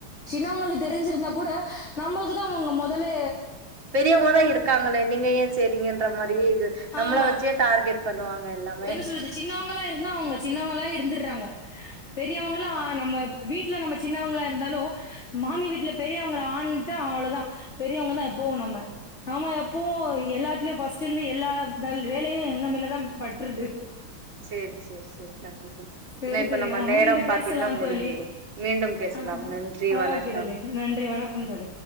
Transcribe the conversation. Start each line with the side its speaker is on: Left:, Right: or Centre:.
Left: சின்னவங்களுக்கு தெரிஞ்சிருந்தா கூட நம்மளுக்குதா அவுங்க மொதலு
Right: பெரியவங்கதா இருக்காங்களே நீங்க ஏன் செய்றீங்கன்ற மாரியே இது நம்மள
Left: ஆமா
Right: வெச்சே டார்கெட் பண்ணுவாங்க எல்லாமே
Left: என்ன சொல்றது சின்னவங்கலா இருந்தா அவுங்க சின்னவங்கலா இருந்திர்றாங்க பெரியவங்ளா நம்ம வீட்ல நம்ம சின்னவங்ளா இருந்தாலு மாமி வீட்ல பெரியவங்களா ஆனுட்டா அவ்ளோதா பெரியவங்கதா எப்பவு நம்ம நா எப்பவு எல்லாத்துலயு ஃபர்ஸ்ட்லந்து எல்லா வேல வேலயு எங்க மேலதா பட்டுருது
Right: சேரி சேரி சேரி கண்டிப்பா சேரி
Left: செரி
Right: ஏனா இப்ப
Left: தோழி
Right: நம்ம நேரம்
Left: மீண்டு
Right: பாத்தீங்கனா
Left: பேசலா
Right: முடிஞ்சிரு
Left: தோழி
Right: மீண்டும் பேசலாம்
Left: ஆ
Right: நன்றி வணக்கம்
Left: ஓகே தோழி நன்றி வணக்கம் தோழி